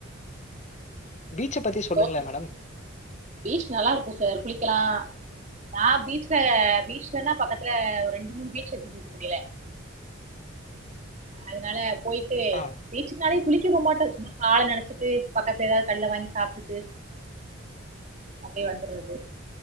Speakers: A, on the left; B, on the right.
A: பீச்ச பத்தி சொல்லுங்ளே
B: தோட்டம்
A: மேடம்
B: பீச் நல்லா இருக்கும் சார் குளிக்கலாம் நான் பீச்ல பீச்லன்னா பக்கத்துல ஒரு ரெண்டு மூணு பீச் இருக்கும் தூத்துக்குடில அதுனால போய்ட்டு
A: ஆ.
B: பீச்சூனாலே குளிக்கவும் மாட்டா சும்மா காலை நனச்சிட்டு பக்கத்துல ஏதாவது கடைல வாங்கி சாப்ட்டுட்டு அப்டியே வந்துரது